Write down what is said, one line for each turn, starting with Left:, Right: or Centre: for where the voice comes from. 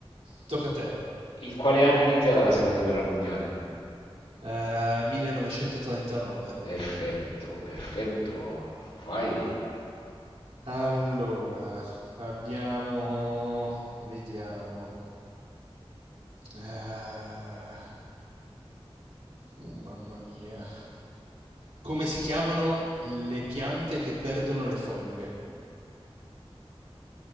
Right: tocca a te.
Left: In quale anno è iniziata la seconda guerra mondiale?
Right: Eh, 1939.
Left: Perfetto, perfetto. Vai.
Right: Allora, abbiamo... Vediamo. Ah, uh, mamma mia. Come si chiamano le piante che perdono le foglie?